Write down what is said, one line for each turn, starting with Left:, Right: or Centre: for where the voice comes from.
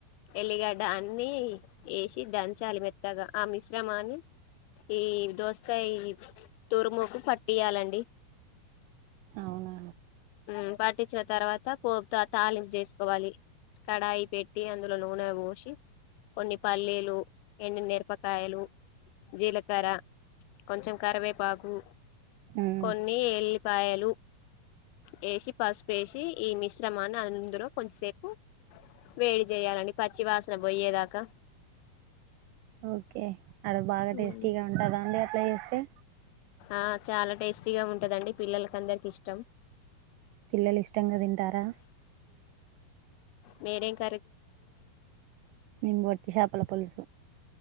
Left: ఎల్లిగడ్ దాన్ని వేసి దంచాలి మెత్తగా ఆ మిశ్రమాని ఈ దోస్తకాయ్ ఈ తురుముకు పట్టియాలండి
Right: అవునా
Left: మ్ పార్ వచ్చిన తర్వాత పోపుతో తాలింపు చేసుకోవాలి, కడాయి పెట్టి అందులో నూనె పోసి కొన్ని పల్లీలు, ఎండు నిరపకాయలు, జీలకర్ర, కొంచెం కరివేపాకు
Right: మ్మ్
Left: కొన్ని ఎల్లిపాయలు వేసి, పసుపు వేసి ఈ మిశ్రమాన్ని అందులో కొద్సేపు వేడి చేయాలని పచ్చివాస పోయేదాకా
Right: ఓకే అది బాగా
Left: ఉమ్,
Right: టేస్టీగా ఉంటుంద అండి ఇలా చేస్తే
Left: ఆ చాలా టేస్టీగా ఉంటదండి పిల్లలకి అందరికి ఇష్టం
Right: పిల్లలు ఇష్టంగా తిం తింటారా
Left: మీరింక
Right: మేము వట్టి చేపల పులుసు